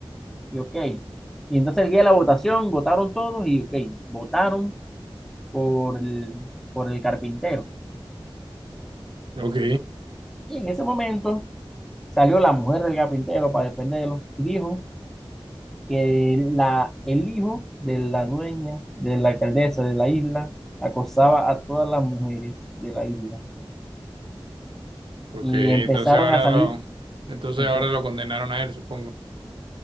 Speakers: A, in the centre; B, on the right.
A: y ok. Y entonces el día de la votación, votaron todos y ok, votaron por el, por el carpintero.
B: Ok,
A: Y en ese momento salió la mujer del carpintero para defenderlo y dijo que la, el hijo de la dueña, de la alcaldesa de la isla, acosaba a todas las mujeres de la isla.
B: ok,
A: Y
B: entonces
A: empezaron
B: ahora
A: a salir,
B: lo, entonces
A: empe-
B: ahora lo condenaron a él, supongo,